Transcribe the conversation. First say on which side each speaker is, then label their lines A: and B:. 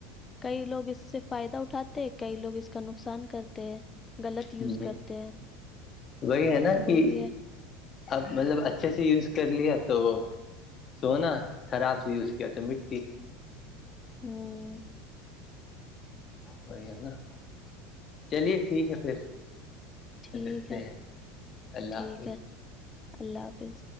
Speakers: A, on the left; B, on the left.
A: کئی لوگ اس سے فائدہ اٹھاتے ہیں کئی لوگ اس کا نقصان کرتے ہیں غلط یوز
B: ہوں
A: کرتے ہیں
B: وہی ہے نا
A: تو وہی
B: کہ
A: ہے
B: اب مطلب اچھے سے یوز کر لیا تو سونا خراب سےی یوز کیا تو مٹی
A: ہوں
B: وہی ہے نا چلیے ٹھیک ہے پھر
A: ٹھیک
B: رکھتے
A: ہے
B: ہیں اللہ
A: ٹھیک
B: حافظ
A: ہے اللہ حافظ